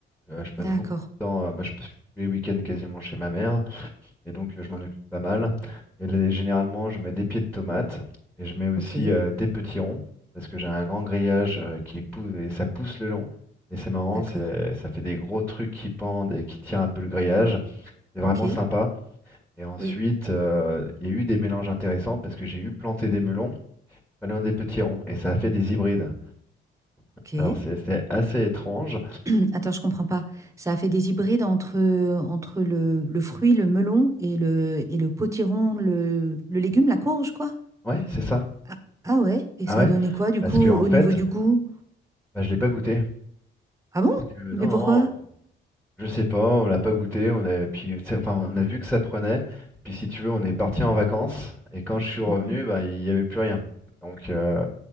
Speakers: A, in the centre; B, on the right (about 15°).
A: Euh, je passe
B: D'accord,
A: beaucoup de temps, euh, bah, je passe tous les week-ends quasiment chez ma mère, et donc euh, je m'en occupe pas mal. Et là, généralement, je mets des pieds de tomate et je mets aussi
B: ok,
A: euh, des petits ronds parce que j'ai un grand grillage euh, qui pousse et ça pousse le long. Et c'est marrant,
B: d'accord,
A: c'est, ça fait des gros trucs qui pendent et qui tirent un peu le grillage. C'est vraiment
B: ok,
A: sympa. Et ensuite,
B: oui,
A: euh, il y a eu des mélanges intéressants parce que j'ai eu planté des melons, pas loin des petits ronds, et ça a fait des hybrides.
B: ok.
A: Alors c'est c'est assez étrange.
B: <clears throat> Attends, je comprends pas. Ça a fait des hybrides entre, entre le, le fruit, le melon et le, et le potiron, le, le légume, la courge, quoi?
A: Ouais, c'est ça.
B: Ah, ah ouais? Et
A: Ah
B: ça
A: ouais?
B: a donné quoi, du
A: Parce
B: coup,
A: que
B: au
A: en fait,
B: niveau du goût?
A: bah, je l'ai pas goûté.
B: Ah bon?
A: Parce que,
B: Mais
A: non, non,
B: pourquoi?
A: je sais pas, on l'a pas goûté. On a, puis, c'est- enfin, on a vu que ça prenait. Puis si tu veux, on est parti en vacances. Et quand je suis revenu,
B: Mhm.
A: bah, il y avait plus rien. Donc euh,